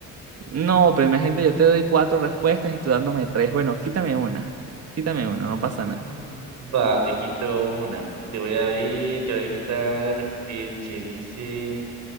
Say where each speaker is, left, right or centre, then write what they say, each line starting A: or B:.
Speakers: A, on the right; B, on the right.
A: No, pero imagínate, yo te doy cuatro respuestas y tú dándome tres. Bueno, quítame una. Quítame una, no pasa nada.
B: Mm. Va, te quito una. Te voy a ver, te voy a quitar el que dice.